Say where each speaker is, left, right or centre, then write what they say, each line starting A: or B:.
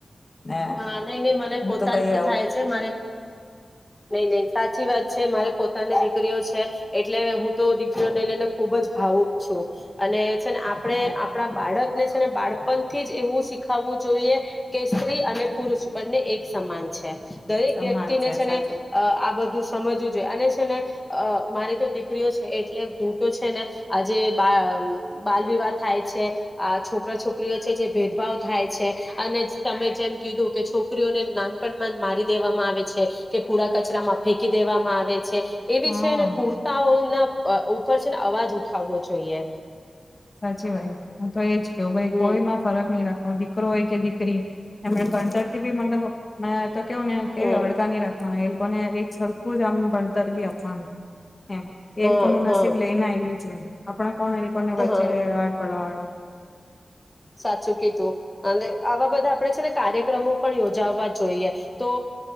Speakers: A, on the left (about 35°); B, on the left (about 15°).
A: ને
B: હા નઈ નહી મને
A: હું
B: પોતાને
A: તો ભાઈ આવું
B: થાય છે, મારે નઈ નહી સાચી વાત છે મારે પોતાની દીકરીઓ છે, એટલે હું તો દીકરીઓને લઈને ખુબ જ ભાવુક છું અને છે, આપડે
A: મારું
B: આપણા બાળક ને બાળપણ થી જ એવું શીખાવવું જોઈએ, કે સ્ત્રી અને પુરુષ બંને એક સમાન છે. દરેક
A: સન્માન
B: વ્યક્તિને છે, ને
A: સાચી વાત.
B: આ બધું સમજવું જોઈએ અને છે ને અ મારી તો દીકરીઓ છે. એટલે હું તો છે ને આ જે બા બાલ વિવાહ થાય છે, આ છોકરા છોકરીઓ છે જે ભેદભાવ થાય છે અને તમે જેમ કીધું કે છોકરીઓને નાનપણમાં જ મારી દેવામાં આવે છે, કે કુડા કચરામાં ફેંકી દેવામાં આવે છે. એવી
A: હા
B: છે ને કુર્તાઓના ઉપર છે, ને અવાજ ઉઠાવવો જોઈએ.
A: સાચી વાત તો એજ કેહવું ભાઈ
B: હમ
A: કોઈમાં ફરક નહીં, રાખવા દીકરો હોય કે દીકરી એમ ભસરથી બી મતલબ તો કેવું ને કેવી
B: હમ
A: હળગા નહી, રાખવાના અનેને એક સરખું જ આમ ભણતરવી આપનું એમ
B: હા
A: એલ કોનું
B: હા
A: નસીબ લઈને આવ્યું છે, આપણા કોણ એ કો
B: હા
A: પે આડ પડવા હા
B: સાચું કીધું અને આવા બધા આપડે છે, ને કાર્યક્રમો પણ યોજાવા જોઈએ તો